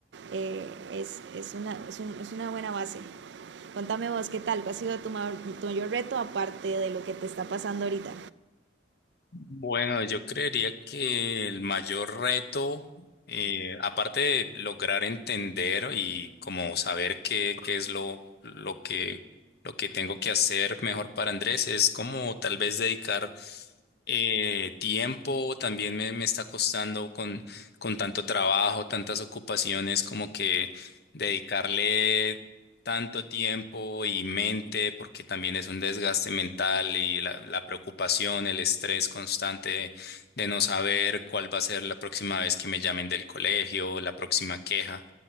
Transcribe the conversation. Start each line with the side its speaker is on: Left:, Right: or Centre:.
Right: eh, es, es, una, es, un, es, una buena base. Contame vos, ¿qué tal? ¿Cuál ha sido tu, mayor, tu, mayor reto aparte de lo que te está pasando ahorita?
Left: Bueno, yo creería que el mayor reto, eh, aparte de lograr entender y como saber qué, qué es lo, lo que, lo que tengo que hacer mejor para Andrés, es como tal vez dedicar eh, tiempo. También me, me está costando con, con tanto trabajo, tantas ocupaciones, como que dedicarle tanto tiempo y mente, porque también es un desgaste mental y la, la preocupación, el estrés constante de no saber cuál va a ser la próxima vez que me llamen del colegio, la próxima queja.